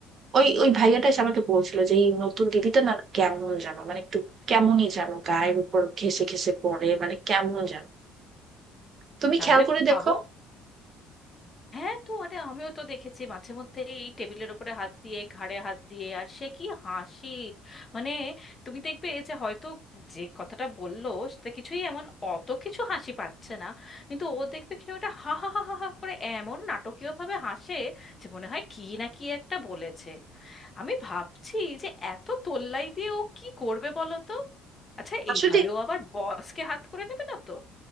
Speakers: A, on the right; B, on the left.
A: ওই ওই ভাইয়াটা এসে আমাকে বলছিল যে এই নতুন দিদিটা না কেমন জানো মানে একটু কেমনই জানো গায়ের উপর ঘেসে ঘেসে পড়ে
B: হুম।
A: মানে কেমন জানো তুমি
B: তাহলে
A: খেয়াল করে
B: ভাবো
A: দেখো
B: হ্যাঁ তো আরে আমিও তো দেখেছি মাঝে মধ্যে এই টেবিলের উপরে হাত দিয়ে ঘাড়ে হাত দিয়ে আর সে কি হাসি মানে তুমি দেখবে যে হয়তো যে কথাটা বললো সেটা কিছুই এমন অত কিছু হাসি পাচ্ছে না কিন্তু ও দেখবে কিনা ওটা হা হা হা হা হা করে এমন নাটকীয় ভাবে হাসে যে মনে হয় কি না কি একটা বলেছে আমি ভাবছি যে এত তোল্লাই দিয়ে ও কি করবে বলো তো আচ্ছা
A: আসলে
B: এইভাবে ও আবার বসকে হাত করে নেবে না তো